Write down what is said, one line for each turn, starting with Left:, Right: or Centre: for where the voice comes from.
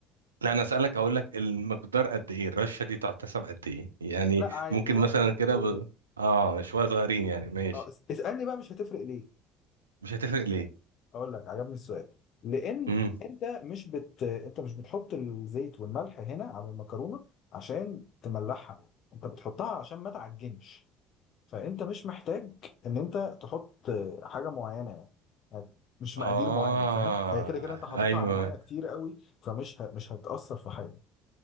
Right: لا انا اسالك اقول لك المقدار قد ايه الرشه دي تحتسب قد ايه يعني
Left: لا عادي
Right: ممكن
Left: رشة
Right: مثلا
Left: ملح مش
Right: كده
Left: هتفرق
Right: ب... اه شويه صغيرين يعني ماشي
Left: أه اس- اسألني بقى مش هتفرق ليه
Right: مش هتفرق ليه
Left: اقول لك عجبني السؤال لان
Right: امم
Left: انت مش بت انت مش بتحط الزيت والملح هنا على المكرونه عشان تملحها انت بتحطها عشان ما تعجنش فانت مش محتاج ان انت تحط حاجه معينه يعني يعني مش
Right: اه
Left: مقادير معينه فاهم هي كده كده انت حاططها
Right: ايوه
Left: على ميه كتير قوي فمش ه... مش هتاثر في حاجه